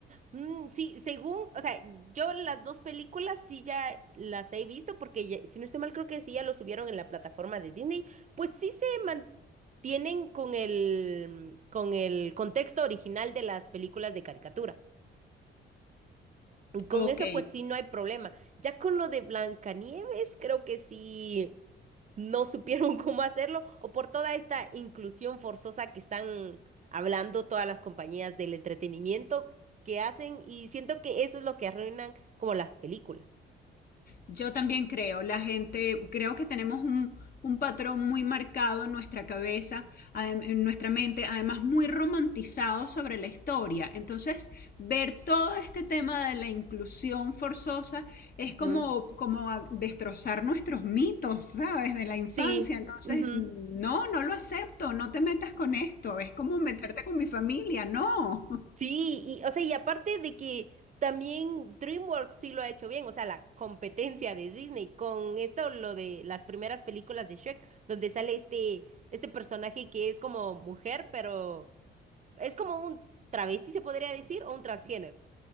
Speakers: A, on the right; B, on the left.
A: Mm, sí, según, o sea, yo las dos películas sí ya las he visto porque ya- si no estoy mal creo que sí ya lo subieron en la plataforma de Disney, pues sí se mantienen con el con el contexto original de las películas de caricatura. Con
B: Ok.
A: eso, pues sí, no hay problema. Ya con lo de Blancanieves, creo que sí no supieron <laughs> cómo hacerlo, o por toda esta inclusión forzosa que están hablando todas las compañías del entretenimiento que hacen, y siento que eso es lo que arruinan como las películas.
B: Yo también creo, la gente, creo que tenemos un, un patrón muy marcado en nuestra cabeza, en nuestra mente, además muy romantizado sobre la historia. Entonces, ver todo este tema de la inclusión forzosa es
A: Ujú.
B: como, como a destrozar nuestros mitos, ¿sabes? De la infancia.
A: Sí,
B: Entonces,
A: ujú.
B: no, no lo acepto, no te metas con esto, es como meterte con mi familia, no.
A: Sí, y, o sea, y aparte de que también DreamWorks sí lo ha hecho bien, o sea, la competencia de Disney con esto, lo de las primeras películas de Shrek, donde sale este, este personaje que es como mujer, pero es como un travesti, se podría decir, o un transgénero,